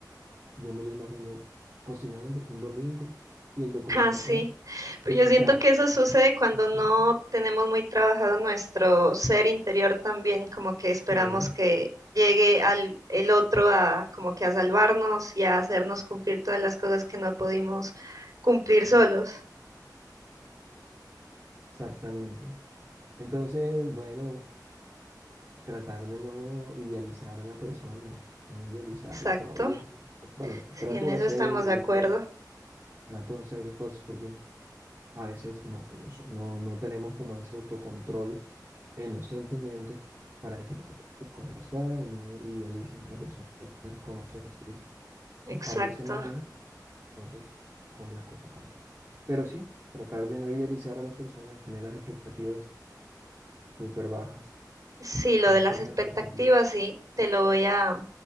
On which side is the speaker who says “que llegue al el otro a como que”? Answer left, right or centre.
Right